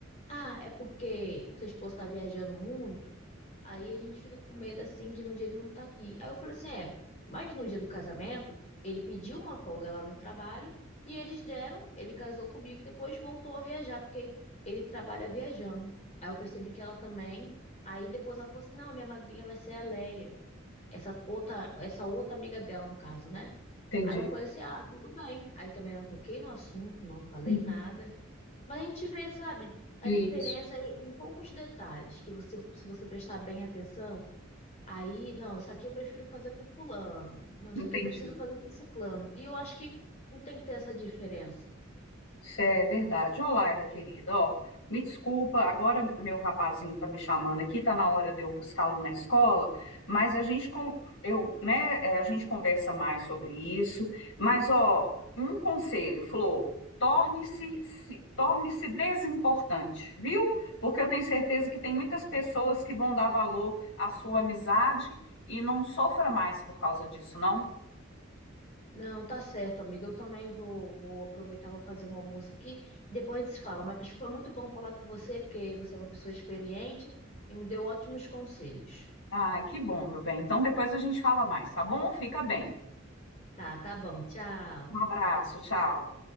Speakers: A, on the left; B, on the left.
A: ah, é porque seu esposo tá viajando muito, Aí a gente fica com medo assim de no dia ele não tá aqui. Aí eu falei assim, é, mas no dia do casamento, ele pediu uma folga lá no trabalho e eles deram, ele casou comigo e depois voltou a viajar, porque ele trabalha viajando. Aí eu percebi que ela também. Aí depois ela falou assim, não, a minha madrinha vai ser a Leia, essa outra, essa outra amiga dela, no caso, né?
B: Entendi.
A: Aí eu falei assim, ah, tudo bem. Aí também não toquei no assunto, não falei
B: Uhum.
A: nada. Mas a gente vê, sabe, a
B: Isso,
A: diferença em em poucos detalhes, que você, se você prestar bem atenção, Aí, não, isso aqui eu prefiro fazer com fulano. Não, isso
B: entendi.
A: aqui eu preciso fazer com ciclano. E eu acho que não tem que ter essa diferença.
B: Isso é verdade. Ô, Laila, querida, ó, me desculpa, agora meu rapazinho tá me chamando aqui, tá na hora de eu buscá-lo na escola, mas a gente com, eu, né, é, a gente conversa mais sobre isso, mas ó, um conselho, Flor, torne-se se- torne-se desimportante, viu? Porque eu tenho certeza que tem
A: Tá
B: muitas
A: bom.
B: pessoas que vão dar valor à sua amizade e não sofra mais por causa disso, não?
A: Não, tá certo, amiga. Eu também vou, vou aproveitar, vou fazer um almoço aqui. Depois a gente se fala. Mas foi muito bom falar com você, porque você é uma pessoa experiente e me deu ótimos conselhos.
B: Ah, que bom, meu bem. Então depois a gente fala mais, tá bom? Fica bem.
A: Tá, tá bom. Tchau.
B: Um abraço, tchau.